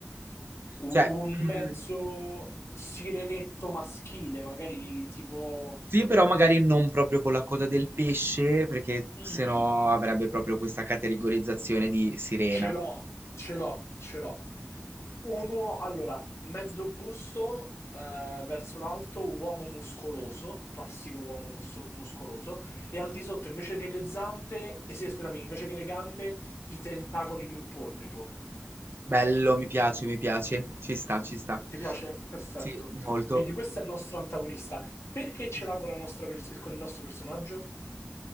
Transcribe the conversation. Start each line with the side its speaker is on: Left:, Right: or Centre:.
Right: Cioè,
Left: U- Un
Right: <clears throat>
Left: mezzo sirenetto maschile, magari tipo...
Right: Sì, però magari non proprio con la coda del pesce, perché
Left: Mhm.
Right: sennò avrebbe proprio questa categorizzazione di sirena.
Left: Ce l'ho, ce l'ho, ce l'ho. Un uo- allora, mezzo busto eh, verso l'alto, uomo muscoloso, classico uomo mus- muscoloso, e al di sotto invece che le zampe, eh sì, scusami, invece che le gambe, i tentacoli di un polipo.
Right: Bello, mi piace, mi piace. Ci sta, ci sta.
Left: Ti piace? Perfetto.
Right: Sì, molto.
Left: Quindi questo è il nostro antagonista. Perché ce l'ha con, la nostra pers- con il nostro personaggio?